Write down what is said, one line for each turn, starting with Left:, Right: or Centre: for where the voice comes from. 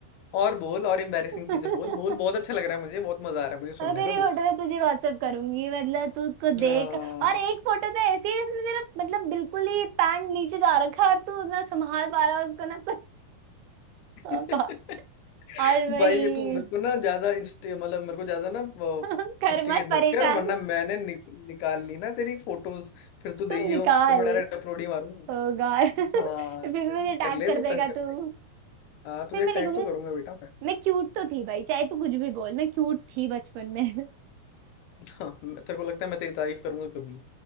Left: और बोल और एम्बैरेसिंग
Right: <laughs>
Left: चीजें बोल बोल बहुत अच्छा लग रहा है मुझे बहुत मजा आ रहा है मुझे सुनने
Right: और तेरी
Left: में बोल
Right: फोटो मैं तुझे व्हाट्सअप करूंगी मतलब तू उसको
Left: आ,
Right: देख और एक फोटो तो ऐसी है जिसमें तेरा मतलब बिल्कुल ही पैंट नीचे जा रखा है और तू ना संभाल पा रहा है उसको ना
Left: <laughs>
Right: ओ गॉड और वही
Left: भाई ये तू मेरे को ना ज्यादा इंस्टी मतलब मेरे को ज्यादा ना
Right: <laughs> कर
Left: इंस्टिगेट
Right: मत परेशान
Left: मत कर वरना मैंने नि, निकाल ली ना तेरी फोटोज फिर तू देगी
Right: तू निकाल
Left: हो फिर मैं डायरेक्ट अपलोड ही मारूंगा
Right: ओ गॉड <laughs>
Left: हाँ
Right: फिर भी
Left: कर
Right: मुझे
Left: ले कर
Right: टैग
Left: ले
Right: कर
Left: तू
Right: देगा
Left: तंग कर
Right: तू
Left: ले हाँ तुझे
Right: फिर मैं
Left: टैग
Right: लिखूंगी
Left: तो करूंगा बेटा मैं
Right: मैं क्यूट तो थी भाई चाहे तू कुछ भी बोल मैं क्यूट थी बचपन में <laughs>
Left: हाँ मैं- तेरे को लगता है मैं तेरी तारीफ करूंगा कभी